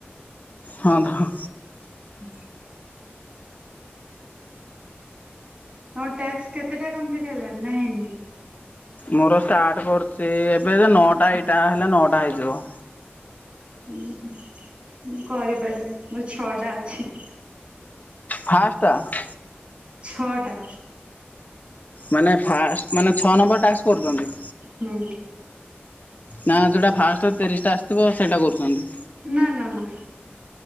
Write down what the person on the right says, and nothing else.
ଏଥା <inaudible> ତମ ଟାସ୍କ କେତେଟା କପ୍ଲିଟ ହେଲା ନା ହେଇନି?
ହୁଁ ହୁଁ ମୁଁ କରିପାରିନି ମୋର ଛଅ ଟା ଅଛି।
ଛଅଟା।
ହୁଁ।
ନା ନା ନା